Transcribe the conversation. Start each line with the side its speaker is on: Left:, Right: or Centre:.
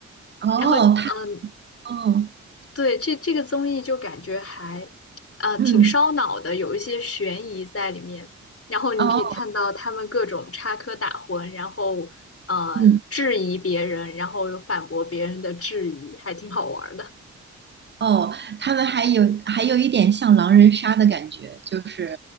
Right: 哦，
Left: 然后，
Right: 他，
Left: 嗯，
Right: 哦，
Left: 对，这这个综艺就感觉还，呃，
Right: 嗯，
Left: 挺烧脑的，有一些悬疑在里面。然后你可以看到他们各种插科打诨，
Right: 哦，
Left: 然后呃质疑别人，
Right: 嗯，
Left: 然后又反驳别人的质疑，还挺好玩儿的。
Right: 哦，他们还有还有一点像狼人杀的感觉，就是